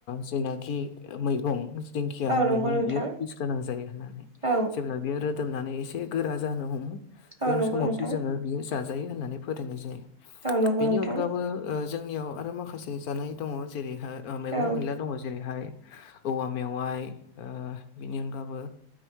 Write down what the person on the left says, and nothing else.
जायनाखि मैगं दिंखिया
मैगं
बियो
पिस गोनां जायो होननानै
जेब्ला बेयो फोदोमनानै एसे गोरा जानो हमो
बे
समावसो
जोङो बियो जाजायो होननानै फोथायनाय जायो।
बेनि
अनगाबो ओ जोंनियाव आरो माखासे जानाय दङ जेरैहा ओ मैगं
मैला दङ जेरैहाय औवा मेवाइ ओ बेनि अनगाबो